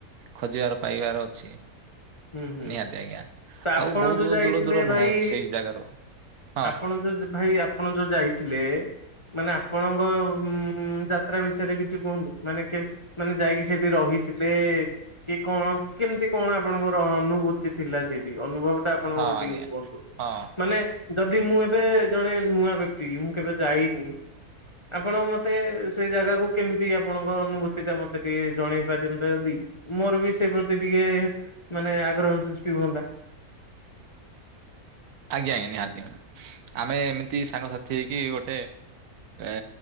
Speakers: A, on the right; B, on the left.
A: ଖୋଜିବାର ପାଇବାର ଅଛି
B: ହୁଁ ହୁଁ
A: ନିହାତି ଆଜ୍ଞା।
B: ତ ଆପଣ
A: ଆଉ ବହୁତ
B: ଯୋଉ
A: ବହୁତ
B: ଯାଇଥିଲେ
A: ଦୂର ଦୂର
B: ଭାଇ
A: ନୁହଁ ସେଇ ଜାଗାରୁ ହଁ
B: ଆପଣ ଯୋଉ ଭାଇ ଆପ୍ ଆପଣ ଯୋଉ ଯାଇଥିଲେ ମାନେ ଆପଣଙ୍କ ଉଁ ଯାତ୍ରା ବିଷୟରେ କିଛି କୁହନ୍ତୁ ମାନେ କେ ମାନେ ଯାଇକି ସେଠି ରହିଥିବେ କି କଣ କେମ୍ ତି କଣ ଆପଣଙ୍କର ଅନୁଭୂତି ଥିଲା ସେଠି ଅନୁଭବ ଟା ଆପଣଙ୍କର
A: ହଁ ଆଜ୍ଞା।
B: ଟିକେ କୁହନ୍ତୁ
A: ହଁ
B: ମାନେ ଯଦି ମୁଁ ଏବେ ଜଣେ ନୂଆ ବ୍ୟକ୍ତି ମୁଁ କେବେ ଯାଇନି ଆପଣ ମତେ ସେଇ ଜାଗାକୁ କେମ୍ ତି ଆପଣଙ୍କ ଅନୁଭୂତି ଟା ମତେ ଟିକେ ଜଣେଇ ପାରନ୍ତେ ଯଦି ମୋର ବି ସେ ପ୍ରତି ଟିକେ ମାନେ ଆଗ୍ରହ ସୃଷ୍ଟି ହୁଅନ୍ତା।
A: ଆଜ୍ଞା ଆଜ୍ଞା ନିହାତି ଆମେ ଏମିତି ସାଙ୍ଗସାଥି ହେଇକି ଗୋଟେ ଏ